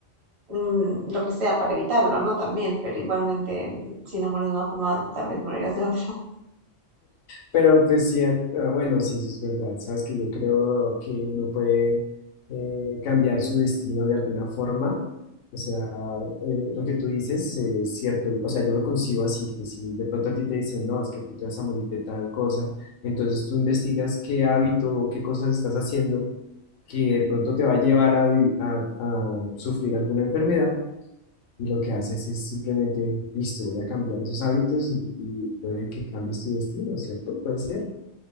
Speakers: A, on the right; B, on the left.
A: mm, lo que sea para evitarlo, ¿no? También, pero igualmente, mm, si no mueres de una forma, tal vez morirás de otra. <laughs>
B: Pero pues sí, ah, bueno, sí, eso es verdad. Sabes que yo creo que uno puede eh, cambiar su destino de alguna forma. O sea, eh, lo que tú dices eh, es cierto. O sea, yo lo concibo así, que si de pronto a ti te dicen, no, es que tú te vas a morir de tal cosa, entonces tú investigas qué hábito o qué cosas estás haciendo que de pronto te va a llevar a, vi- a a sufrir alguna enfermedad Y lo que haces es simplemente, listo, voy a cambiar esos hábitos y, y puede que cambies tu destino, ¿cierto? Puede ser.